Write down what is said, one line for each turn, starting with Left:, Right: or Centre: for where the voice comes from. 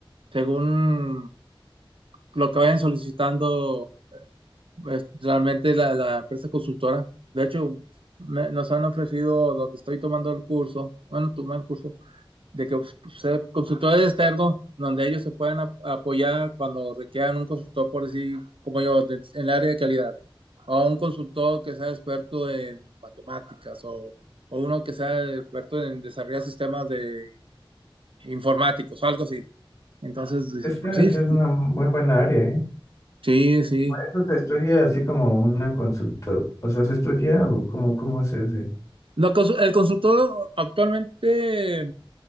Right: según lo que vayan solicitando pues, realmente la, la empresa consultora, de hecho, me- nos han ofrecido donde estoy tomando el curso, bueno, tomé el curso de que pues, pues, ser consultores externos, donde ellos se pueden ap- apoyar cuando requieran un consultor, por decir, como yo, de- en el área de calidad, o un consultor que sea experto en matemáticas, o, o uno que sea experto en desarrollar sistemas de informáticos, o algo así. Entonces dices,
Left: Esa es debe
Right: pues sí,
Left: ser
Right: sí,
Left: una muy buena área, ¿eh?
Right: sí, sí.
Left: ¿Eso se estudia así como una consulta? O sea, ¿se estudia o cómo, cómo es ese?
Right: Lo cons- el consultor actualmente